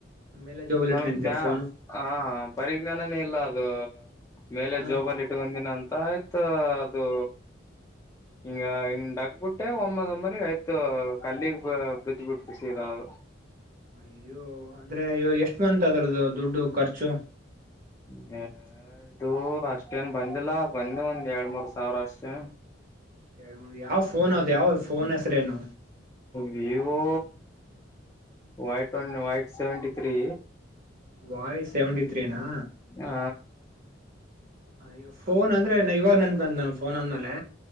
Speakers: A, on the right (about 45°); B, on the left (about 15°).
A: ಮೇಲೆ ಜೋಬಲ್
B: ನಮ್ಗ್
A: ಇಟ್ಕೊಂಡಿದ್ಯಾ
B: ಜ್ಞಾ
A: ಫೋನು
B: ಹ ಪರಿಜ್ಞಾನನೇ ಇಲ್ಲ ಅದು ಮೇಲೆ
A: ಹ್ಮ್
B: ಜೋಬಲ್ ಇಟ್ಟ ಬಂದಿನ ಅಂತ ಆಯ್ತ ಅದು ಹಿಂಗ ಹಿಂಗ್ ಡಕ್ಬಿಟ್ಟೆ ಒಂಬೇಲ್ ಒಂಬೇಲ್ ಐತು ಕಲ್ಲಿಗ್ ಬ ಬಿದ್ದು ಬಿಡ್ತು ಸೀದ ಅದು
A: ಅಯ್ಯೋ ಅಂದ್ರೆ ಇವಾಗ ಎಷ್ಟು ಬಂತು ಅದ್ರದು ದುಡ್ಡು ಖರ್ಚು
B: ಹ ಇದು ಅಷ್ಟೇನ್ ಬಂದಿಲ್ಲ ಬಂದ ಒಂದ್ ಎರಡ್ ಮೂರ್ ಸಾವಿರ ಅಷ್ಟೇ
A: ಎರಡ್ ಮೂರ್ ಯಾವ್ ಫೋನ್ ಅದ ಯಾವ್ದ ಫೋನ್ ಹೆಸ್ರೇನು
B: ವಿವೋ ವೈ ಟ್ Y seventy three
A: voice seventy ತ್ರೀನಾ
B: ಹಾ
A: ಅಯ್ಯ ಫೋನ್ ಅಂದ್ರೆ ನಾ ಇವಾಗ ನನ್ ಬಂದ ನನ್ ಫೋನ್ ಅಂದ್ಮೇಲೆ